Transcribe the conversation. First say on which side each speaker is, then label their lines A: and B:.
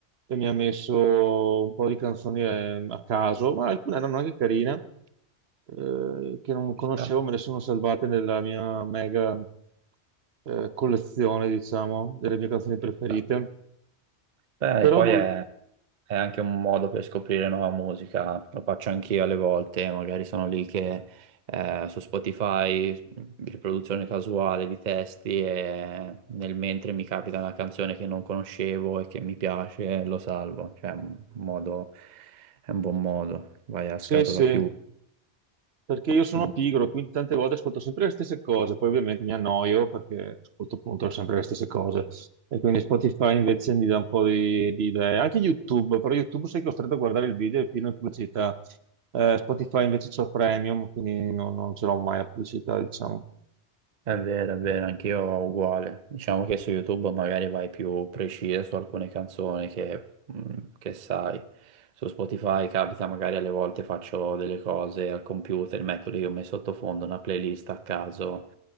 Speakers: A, on the right (about 65°); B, on the right (about 45°).
A: e mi ha messo un po' di canzoni eh, a caso, ma alcune erano anche carine, eh, che non
B: Ci
A: conoscevo,
B: sta,
A: me le sono salvate nella mia mega eh, collezione, diciamo, delle mie canzoni preferite.
B: ci sta. Beh,
A: Però
B: poi
A: vol-
B: è, è anche un modo per scoprire nuova musica, lo faccio anch'io alle volte, magari sono lì che eh, su Spotify, riproduzione casuale di testi e nel mentre mi capita una canzone che non conoscevo e che mi piace, lo salvo, cioè è un modo, è un buon modo, vai a
A: sì,
B: scatola
A: sì,
B: chiusa.
A: perché io sono
B: quindi-
A: pigro, quindi tante volte ascolto sempre le stesse cose, poi ovviamente mi annoio perché ascolto appunto sempre le stesse cose e quindi Spotify invece mi dà un po' di, di idee. Anche YouTube, però YouTube sei costretto a guardare il video e pieno di pubblicità. Eh, Spotify invece c'ho Premium, quindi non, non ce l'ho mai la pubblicità, diciamo.
B: È vero, è vero, anch'io uguale. Diciamo che su YouTube magari vai più preciso su alcune canzoni che, mh, che sai. Su Spotify capita, magari alle volte faccio delle cose al computer, metto lì come sottofondo una playlist a caso,